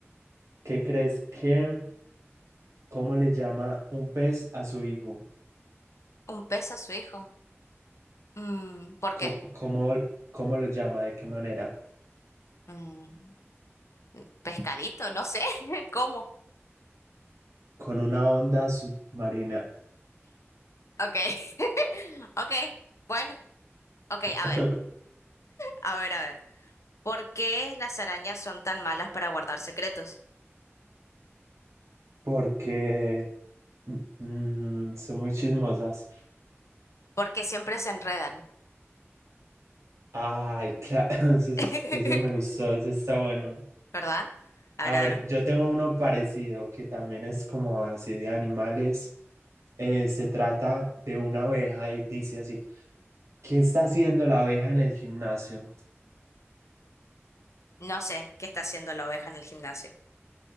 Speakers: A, on the right (about 80°); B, on the left (about 80°).
A: ¿qué crees que, cómo le llama un pez a su hijo?
B: ¿Un pez a su hijo? Mm, ¿por
A: ¿Cómo,
B: qué?
A: cómo, cómo lo llama? ¿De qué manera?
B: Mm, pescadito, no sé, <laughs> ¿cómo?
A: Con una onda submarina.
B: Ok, <laughs> ok, bueno, ok,
A: <laughs>
B: a ver, a ver, a ver. ¿Por qué las arañas son tan malas para guardar secretos?
A: Porque mm, son muy chismosas.
B: Porque siempre se enredan,
A: Ay, claro, <laughs> ese, es-
B: <laughs>
A: ese me gustó, ese está bueno.
B: ¿verdad? A
A: A
B: ver, a
A: ver,
B: ver,
A: yo tengo uno parecido que también es como así de animales. Eh, se trata de una abeja y dice así, ¿qué está haciendo la abeja en el gimnasio?
B: no sé, ¿qué está haciendo la oveja en el gimnasio?